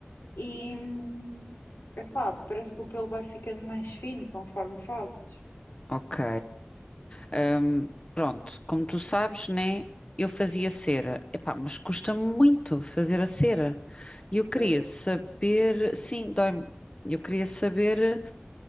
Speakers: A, on the left; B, on the left.
A: e, hum, epá, parece que o pelo vai ficando mais fino conforme fazes.
B: Ok. Ahm, pronto, como tu sabes, né? Eu fazia cera. Epá, mas custa muito fazer a cera. E eu queria
A: Doito.
B: saber. Sim, dói-me. Eu queria saber.